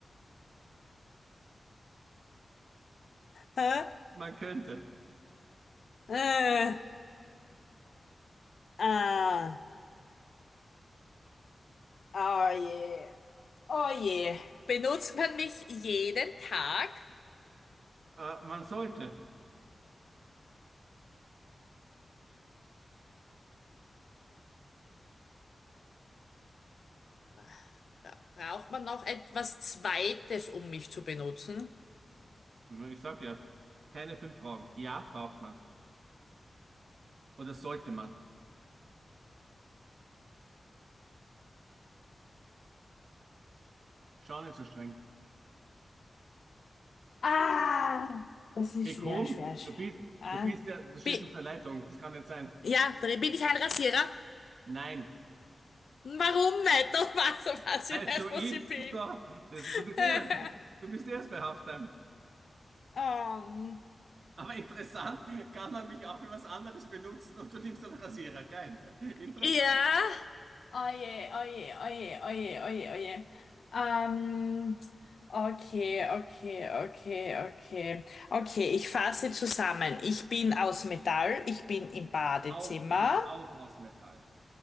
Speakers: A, on the left; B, on the right.
A: Hä?
B: Man könnte.
A: Äh, ah. Oh je, oh je. Benutzt man mich jeden Tag?
B: Äh, man sollte.
A: Bra- Braucht man noch etwas Zweites, um mich zu benutzen?
B: Ich sag ja, keine fünf Fragen. Ja, braucht man. Oder sollte man. Schau nicht so streng.
A: Ah, das ist
B: Hey, komm,
A: schwer, schwer, schwer.
B: du bist,
A: Ah,
B: du bist ja, du stehst
A: Bi
B: auf der Leitung, das kann nicht sein.
A: ja, dr- bin ich ein Rasierer?
B: Nein,
A: Warum nicht? <laughs> Doch was, was
B: weil
A: ich
B: es
A: nicht,
B: so ist,
A: was ich bin.
B: so, das,
A: <laughs>
B: du bist erst, du bist eh erst bei Halftime.
A: ähm,
B: Aber interessant, kann man mich auch für was anderes benutzen und du nimmst einen Rasierer, geil. ja. Interessant.
A: Ja. Oje, oje, oje, oje, oje, oje. Ähm, okay, okay, okay, okay. Okay, ich fasse zusammen. Ich bin aus Metall, ich bin im Badezimmer.
B: Auch, du bist auch aus Metall.